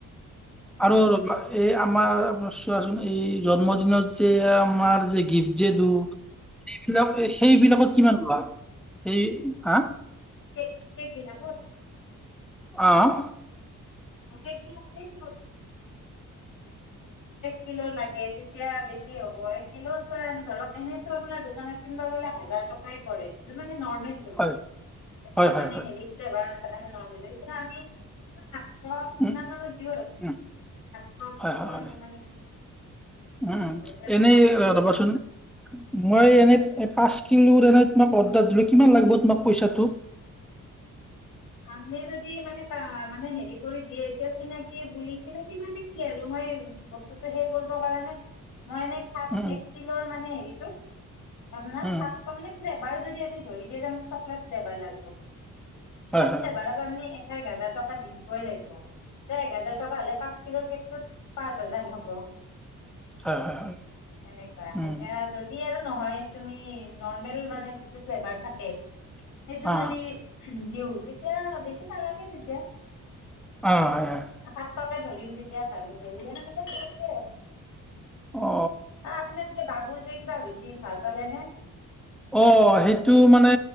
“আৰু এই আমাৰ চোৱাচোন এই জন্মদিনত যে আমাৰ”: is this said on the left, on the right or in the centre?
Centre